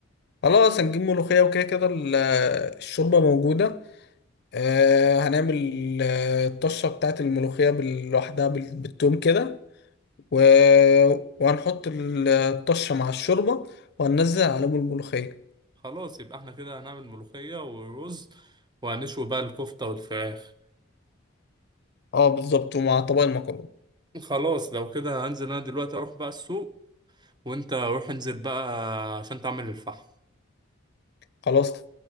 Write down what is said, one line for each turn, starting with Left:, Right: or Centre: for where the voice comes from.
Left: خلاص هنجيب ملوخية وكده كده ال- الشوربة موجودة آه هنعمل آه، الطشة بتاعت الملوخية بال- لوحدها بال- بالتوم كده و... وهنحط ال- الطشة مع الشوربة وهننزل عليهم الملوخية
Right: خلاص يبقى احنا كده هنعمل ملوخية ورز وهنشوي بقى الكفتة والفراخ
Left: اه بالظبط ومع طبق المكرونة
Right: خلاص لو كده هنزل انا دلوقتي اروح بقى السوق وانت روح انزل بقى عشان تعمل الفحم
Left: خلاص